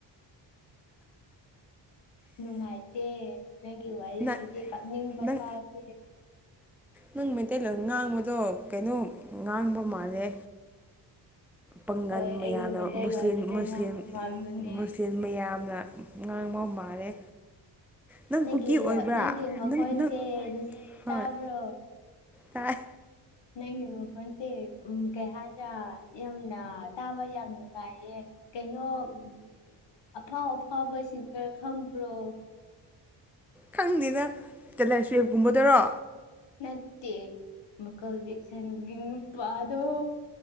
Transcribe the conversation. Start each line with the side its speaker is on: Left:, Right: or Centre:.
Left: ꯅꯨꯡꯉꯥꯏꯇꯦ ꯅꯪꯒꯤ ꯋꯥꯔꯤꯁꯤꯗꯤ
Centre: ꯅꯪ
Left: ꯀꯞꯅꯤꯡꯕ
Centre: ꯅꯪ
Left: ꯐꯥꯎꯏꯍꯦ
Centre: ꯅꯪ ꯃꯩꯇꯩꯂꯣꯟ ꯉꯥꯡꯕꯗꯣ ꯀꯩꯅꯣ ꯉꯥꯡꯕ ꯃꯥꯜꯂꯦ ꯄꯥꯡꯒꯜ
Left: ꯍꯣꯏ
Centre: ꯃꯌꯥꯝꯅ
Left: ꯑꯩꯒꯤ ꯃꯩꯇꯩꯂꯣꯟꯗꯤ
Centre: ꯃꯨꯁꯂꯤꯝ
Left: ꯑꯗꯨꯝ
Centre: ꯃꯨꯁꯂꯤꯝ
Left: ꯉꯥꯡꯕ ꯃꯥꯟꯕꯅꯦ
Centre: ꯃꯨꯁꯂꯤꯝ ꯃꯌꯥꯝ ꯗ ꯉꯥꯡꯕ ꯃꯥꯜꯂꯦ ꯅꯪ
Left: ꯅꯪꯒꯤ
Centre: ꯀꯨꯀꯤ ꯑꯣꯏꯕ꯭ꯔꯥ
Left: ꯅꯪꯒꯤ ꯃꯈꯣꯟꯁꯦ
Centre: ꯅꯪ ꯅꯪ
Left: ꯅꯁ
Centre: ꯍꯣꯏ
Left: ꯇꯥꯕ꯭ꯔꯣ
Centre: ꯇꯥꯏ
Left: ꯅꯪꯒꯤ ꯃꯈꯣꯟꯁꯦ ꯎꯝ ꯀꯩ ꯍꯥꯏꯔ ꯌꯥꯝꯅ ꯇꯥꯕ ꯌꯥꯝ ꯅꯨꯡꯉꯥꯏꯌꯦ ꯀꯩꯅꯣ ꯎꯝ ꯑꯐꯥꯎ ꯑꯐꯥꯎꯕ ꯁꯤꯡꯒꯔ ꯈꯪꯕ꯭ꯔꯣ
Centre: ꯈꯪꯗꯦꯅ ꯇꯦꯂꯔ ꯁꯋꯦꯞꯀꯨꯝꯕꯗꯨꯔꯣ
Left: ꯅꯠꯇꯦ ꯃꯀꯜꯒꯤ ꯁꯦꯡꯒꯤꯡ ꯅꯨꯄꯥꯗꯣ